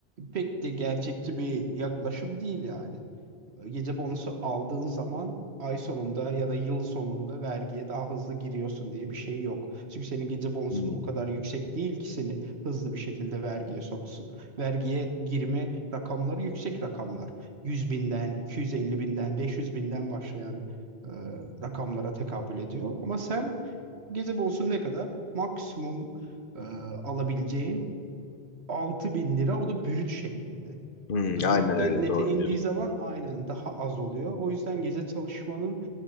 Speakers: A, on the right; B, on the left.
A: Pek de gerçekçi bir yaklaşım değil yani. Gece bonusu aldığın zaman ay sonunda ya da yıl sonunda vergiye daha hızlı giriyorsun diye bir şey yok. Çünkü senin gece bonusun
B: Hmm.
A: o kadar yüksek değil ki seni hızlı bir şekilde vergiye soksun. Vergiye girme rakamları yüksek rakamlar. 100 binden, 250 binden, 500 binden başlayan e, rakamlara tekabül ediyor. Ama sen gece bonusu ne kadar? Maksimum e, alabileceğin 6000 lira. O da brüt şeklinde.
B: Hmm,
A: O da
B: aynen
A: brütten
B: öyle
A: nete
B: doğru
A: indiği
B: diyorsun.
A: zaman aynen daha az oluyor. O yüzden gece çalışmanın